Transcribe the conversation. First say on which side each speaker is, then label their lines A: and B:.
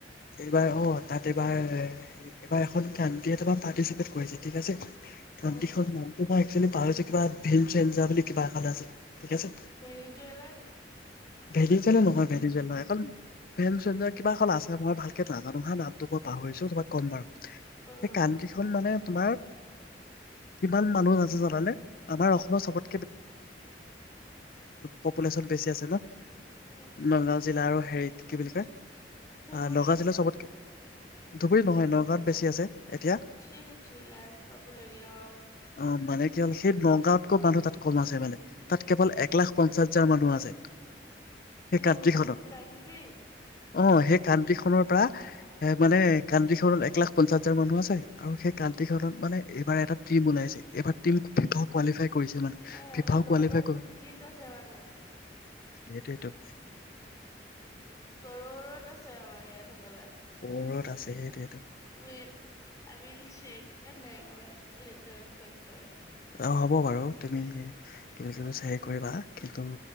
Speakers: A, on the left; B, on the left.
A: এইবাৰ অ', তাত এইবাৰ, এইবাৰ এখন <unintelligible> এতিয়া তোমাৰ পাৰ্টিচিপেট কৰিছে। ঠিক আছে, <unintelligible>
B: অ',
A: নামটো। <unintelligible> <unintelligible> পাহৰিছোঁ কিবা, <unintelligible> বুলি কিবা এখন আছে। ঠিক আছে।
B: ভেনিজুৱেলা নি?
A: ভেনিজুৱেলা নহয়, ভেনিজুৱেলা, <unintelligible> কিবা এখন আছে মই ভালকে নাজানো হা, নামটো মই পাহৰিছো তোমাক কম বাৰু,
B: অ',
A: সেই কান্তিখন মানে তোমাৰ কিমান মানুহ আছে জানানে? আমাৰ অসমৰ চবত পপুলেশ্যন বেছি আছে ন।
B: উম,
A: নগাও জিলা আৰু হেৰিত কি বুলি কয়,
B: ধুবুৰী
A: অ', নগাও জিলা চবতকে ধুবুৰী নহয় নগাঁত বেছি আছে। এতিয়া
B: চি চি লাজ পাব লগীয়া।
A: অ মানে কি হ'ল সেই নগাঁৱতকৈ মানুহ তাত। কম আছে মানে, তাত কেৱল এক লাখ পঞ্চাশ হাজাৰ মানুহ আছে। সেই
B: ই
A: কান্ট্ৰিখনত।
B: এইখন কানট্ৰি।
A: অ' সেই কাানট্ৰি খনৰ পৰা এ মানে কানট্ৰি খনত এক লাখ পঞ্চাশ হাজাৰ মানুহ আছে আৰু সেই কানট্ৰি খনত মানে এইবাৰ এটা টিম ওলাইছে এইবাৰ টিমটো কোৱালিফাই। কৰিছে মানে
B: এই
A: ফিফাও
B: আমাৰ নগাওঁত
A: কোৱালিফাই
B: কুটিত আছে মানুহ।
A: এইটোৱেইতো।
B: কৰৰত আছে আমাৰ ইয়াত হবলা।
A: ওপৰত আছে সেইটোৱে।
B: উয়েট আই উইল চেক এ নে মই লেটাৰ চেক কৰিম।
A: অ হ'ব বাৰু তুমি কিবা কিবি চাই কৰিবা কিন্তু